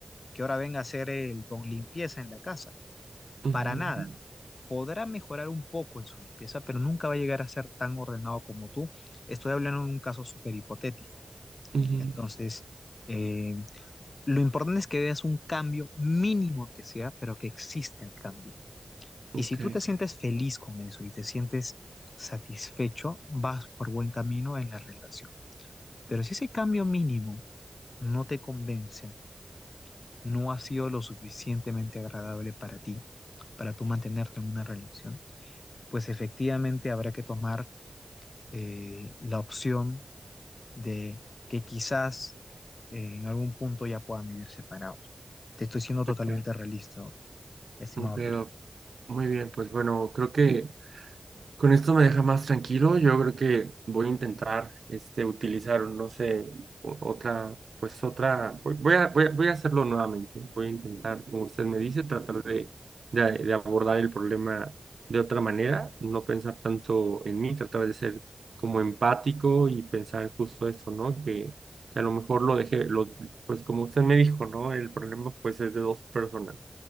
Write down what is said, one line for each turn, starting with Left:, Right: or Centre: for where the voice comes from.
Left: que ahora venga a ser el don limpieza en la casa.
Right: ujú,
Left: para nada.
Right: ujú,
Left: Podrá mejorar un poco en su limpieza, pero nunca va a llegar a ser tan ordenado como tú. Estoy hablando de un caso súper hipotético.
Right: ujú.
Left: Entonces, eh, lo importante es que veas un cambio mínimo que sea, pero que exista el cambio.
Right: ok,
Left: Y si tú te sientes feliz con eso y te sientes satisfecho, vas por buen camino en la relación. Pero si ese cambio mínimo no te convence, no ha sido lo suficientemente agradable para ti, para tú mantenerte en una relación, pues efectivamente habrá que tomar eh, la opción de que quizás eh, en algún punto ya puedan vivir separados. Te estoy siendo totalmente
Right: ok,
Left: realista, estimado
Right: Ok, doc.
Left: Kirk.
Right: Muy bien, pues bueno, creo que Con esto me deja más tranquilo. Yo creo que voy a intentar este, utilizar, no sé, o- otra, pues otra, voy voy a, voy a, voy a hacerlo nuevamente. Voy a intentar, como usted me dice, tratar de, de, de abordar el problema de otra manera, no pensar tanto en mí, tratar de ser como empático y pensar justo esto, ¿no? Que, que a lo mejor lo deje, lo, pues como usted me dijo, ¿no? El problema pues es de dos personas.